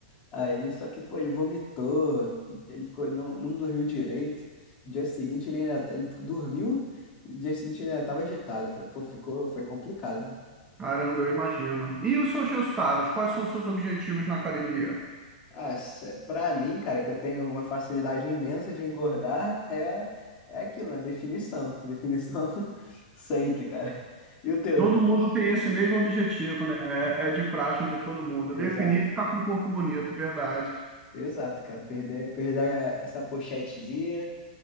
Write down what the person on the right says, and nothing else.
Caramba, eu imagino. E os seus resultados? Quais são os seus objetivos na academia?
Todo mundo tem esse mesmo objetivo, né? É, é de praxe de todo mundo. Definir
e ficar com o corpo bonito, verdade.